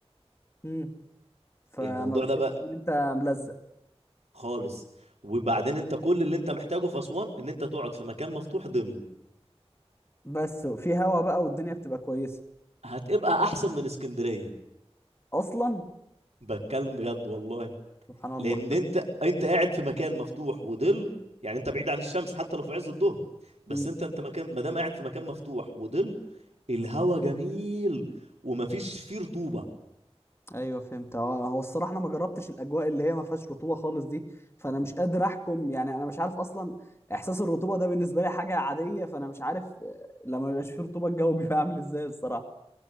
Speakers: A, on the left (about 25°); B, on the right (about 85°).
A: امم فما
B: الموضوع
A: بتحسش
B: ده بقى
A: ان انت ملزق
B: خالص وبعدين أنت كل اللي أنت محتاجه في أسوان إن أنت تقعد في مكان مفتوح ظل
A: بس في هوا بقى والدنيا بتبقى كويسة
B: هتبقى أحسن من اسكندرية
A: اصلا
B: بتكلم بجد والله
A: سبحان الله
B: لان انت انت قاعد في مكان مفتوح وظل يعني انت بعيد عن الشمس حتى لو في عز الظهر بس
A: <laughs>
B: انت انت مكان ما دام قاعد في مكان مفتوح وظل الهوا جميل ومفيش فيه رطوبه
A: ايوه فهمت هو هو الصراحه انا ما جربتش الاجواء اللي هي ما فيهاش رطوبه خالص دي فانا مش قادر احكم يعني انا مش عارف اصلا احساس الرطوبه ده بالنسبه لي حاجه عاديه فانا مش عارف آه، لما بيبقاش فيه رطوبه الجو <laughs> بيبقى عامل ازاي الصراحه